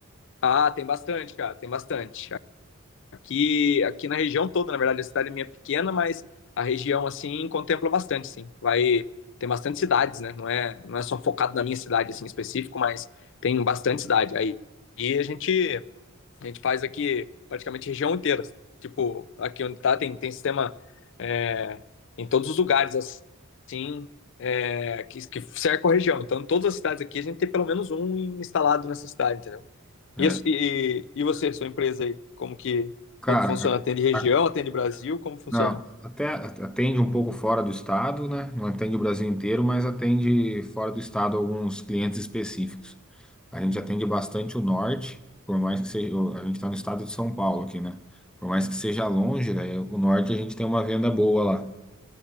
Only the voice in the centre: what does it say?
É.
Cara,
a-
Não, até atende um pouco fora do estado, né? Não atende o Brasil inteiro, mas atende fora do estado alguns clientes específicos. A gente atende bastante o norte, por mais que seja, a gente está no estado de São Paulo aqui, né? Por mais que seja longe, né? O norte a gente tem uma venda boa lá.